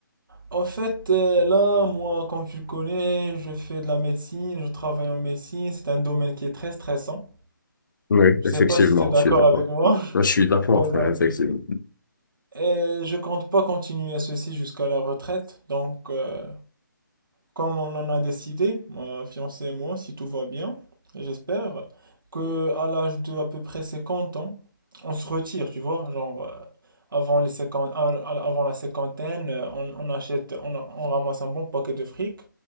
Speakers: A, on the right; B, on the left.
A: En fait, euh, là, moi, comme tu le connais, je fais de la médecine, je travaille en médecine, c'est un domaine qui est très stressant.
B: ouais,
A: Je
B: effectivement,
A: sais pas si tu es d'accord
B: je suis d'accord.
A: avec moi. <laughs>
B: Moi, je suis d'accord,
A: Ouais, donc,
B: frère, effectivement.
A: Et je compte pas continuer ceci jusqu'à la retraite, donc euh, Comme on en a décidé, ma fiancée et moi, si tout va bien, j'espère que à l'âge de à peu près 50 ans, on se retire, tu vois, genre euh, avant les 50 à- à- avant la cinquantaine, euh, on, on achète, on, on ramasse un bon paquet de fric